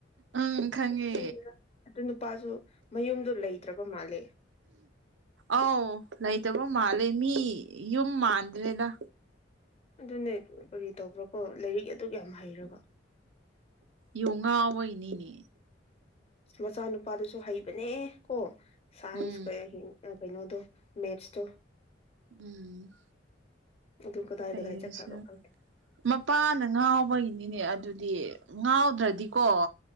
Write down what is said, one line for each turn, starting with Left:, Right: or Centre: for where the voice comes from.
Right: ꯎꯝ ꯈꯪꯉꯦ
Left: ꯈꯪꯗꯔ ꯑꯗꯨ ꯅꯨꯄꯥꯖꯨ ꯃꯌꯨꯝꯗꯨ ꯂꯩꯇ꯭ꯔꯕ ꯃꯥꯜꯂꯦ
Right: ꯑꯧ ꯂꯩꯇꯕ ꯃꯥꯜꯂꯦ ꯃꯤ ꯌꯨꯝ ꯃꯥꯟꯗ꯭ꯔꯦꯗ
Left: ꯑꯗꯨꯅꯦ ꯀꯔꯤ ꯇꯧꯕ꯭ꯔꯥꯀꯣ ꯂꯥꯢꯔꯤꯛ ꯑꯗꯨꯛ ꯌꯥꯝ ꯍꯩꯔꯒ
Right: ꯌꯣꯡ ꯉꯥꯎꯕꯩꯅꯤꯅꯦ
Left: ꯃꯆꯥꯅꯨꯄꯥꯗꯨꯁꯨ ꯍꯩꯕꯅꯦ ꯀꯣ ꯁꯥꯏꯟꯁ
Right: ꯎꯝ
Left: ꯀ ꯑ ꯀꯩꯅꯣꯗꯣ ꯃꯦꯞꯁꯇꯣ
Right: ꯎꯝ
Left: ꯑꯗꯨ ꯀꯗꯥꯏ
Right: ꯐꯩꯔꯁꯨ
Left: ꯀꯗꯥꯏ ꯆꯠꯈ꯭ꯔꯕ ꯈꯪꯗꯦ
Right: ꯃꯄꯥꯅ ꯉꯥꯎꯕꯒꯤꯅꯤꯅꯦ ꯑꯗꯨꯗꯤ ꯉꯥꯎꯗ꯭ꯔꯗꯤꯀꯣ